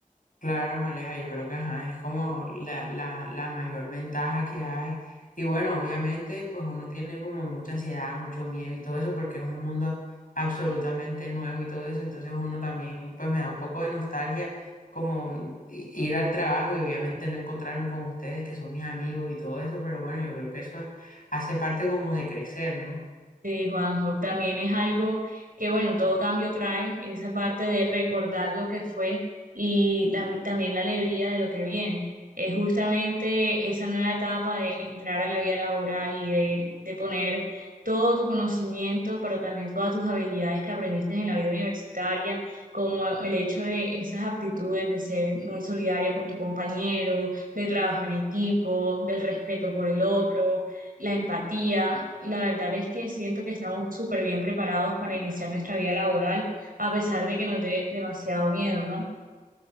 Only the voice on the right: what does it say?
Sí, Juanjo, también es algo que, bueno, todo cambio trae esa parte de recordar lo que fue y la- también la alegría de lo que viene. Es justamente esa nueva etapa de entrar a la vida laboral y de, de poner todo tu conocimiento, pero también todas tus habilidades que aprendiste en la vida universitaria, como el hecho de esas aptitudes de ser muy solidario con tu compañero, de trabajo en equipo, del respeto por el otro la empatía. La verdad es que siento que estamos súper bien preparados para iniciar nuestra vida laboral, a pesar de que nos dé demasiado miedo, ¿no?